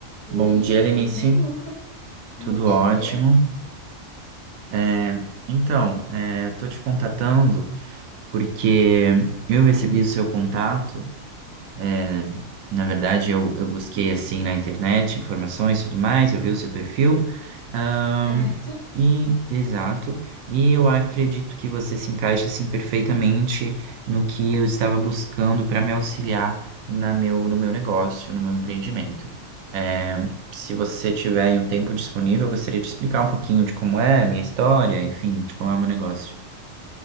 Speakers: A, on the left (about 30°); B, on the right (about 80°).
A: Oi,
B: Bom dia, Lenice.
A: tudo bem, Luca? Bom
B: Tudo
A: dia,
B: ótimo. É, então, é, eu tô te contatando porque eu recebi o seu contato é, na verdade, eu, eu busquei assim na internet informações e tudo mais, eu vi o seu perfil. ahn,
A: certo?
B: e, exato. E eu acredito que você se encaixa assim perfeitamente no que eu estava buscando para me auxiliar na meu, no meu negócio, no meu empreendimento. É, se você tiver aí um tempo disponível, eu gostaria de explicar um pouquinho de como é a minha história, enfim, de como é o meu negócio.